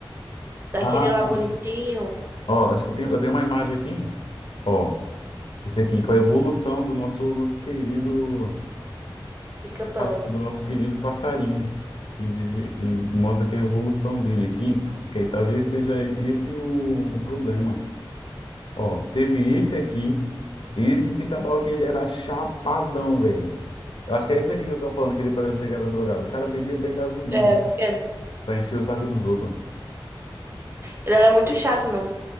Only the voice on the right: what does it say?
Daquele
lá bonitinho,
Pica-Pau.
É, acho
que era.
Ele era muito chato mesmo.